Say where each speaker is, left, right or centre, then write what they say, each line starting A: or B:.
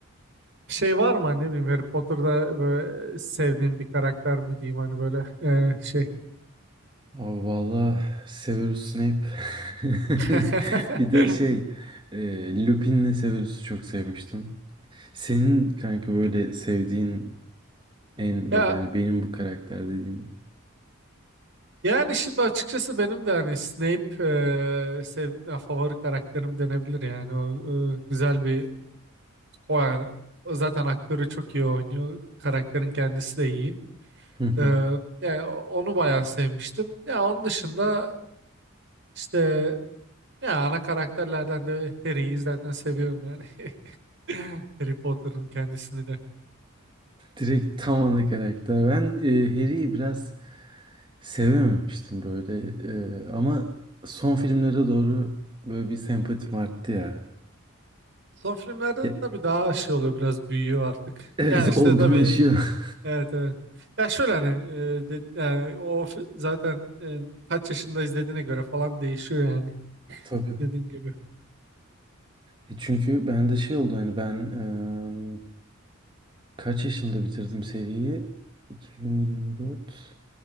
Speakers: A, on the right; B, on the right.
A: Şey var mı hani ne bileyim Harry Potter'da böyle sevdiğin bir karakter mi diyeyim hani böyle e, şey.
B: <laughs> Aa, valla Severus Snape. <laughs>
A: <laughs>
B: Bir de şey e, Lupin'le Severus'u çok sevmiştim. Senin kanka böyle sevdiğin en
A: Ya
B: böyle hani benim bu karakter dediğin.
A: yani şimdi açıkçası benim de hani Snape e, sev, ya favori karakterim denebilir yani o e, güzel bir o yani o zaten aktörü çok iyi oynuyor karakterin kendisi de iyi
B: Hı hı.
A: E, yani onu bayağı sevmiştim ya onun dışında işte ya ana karakterlerden de Harry'yi zaten seviyorum yani <laughs> Harry Potter'ın kendisini de.
B: Direkt tam ana karakter. Ben e, Harry'i biraz sevememiştim böyle. E, ama son filmlere doğru böyle bir sempatim arttı ya.
A: Son filmlerde
B: Ya,
A: tabii daha şey oluyor biraz büyüyor artık.
B: Evet
A: Yani işte tabii
B: olgunlaşıyor.
A: evet evet. Ya şöyle hani e, de- yani o fi- zaten e, kaç yaşında izlediğine göre falan değişiyor yani
B: <laughs> Tabii.
A: dediğin gibi.
B: E çünkü ben de şey oldu hani ben eee, kaç yaşında bitirdim seriyi? 2024.